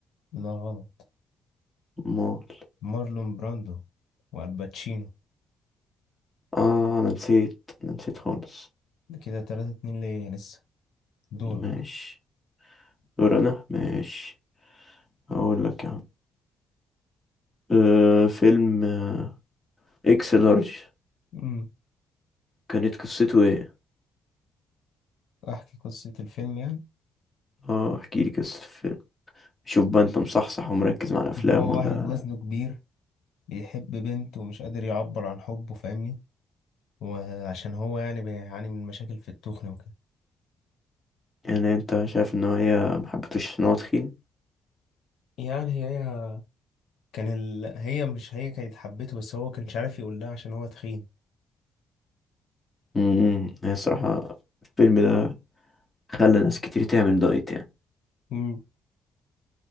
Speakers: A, on the left; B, on the left.
A: لا غلط
B: مال
A: مارلون براندو والباتشينو
B: اه انا نسيت انا نسيت خالص
A: ده كده تلاتة اتنين ليا لسه دورك
B: ماشي دور انا ماشي هقول لك يا عم أه فيلم آه، اكس لارج
A: امم
B: كانت قصته ايه
A: احكي قصة الفيلم يعني
B: اه احكي لي قصة الفيلم شوف بقى انت مصحصح ومركز مع الافلام
A: ان هو
B: ولا
A: واحد وزنه كبير بيحب بنت ومش قادر يعبر عن حبه فاهمني وعشان هو يعني بيعاني من مشاكل في التخن وكده
B: يعني انت شايف ان هي ما حبيتوش ان هو تخين
A: يعني هي كان ال... هي مش هي كانت حبته بس هو كانش عارف يقول لها عشان هو تخين
B: امم هي الصراحة الفيلم ده خلى ناس كتير تعمل دايت يعني
A: مم.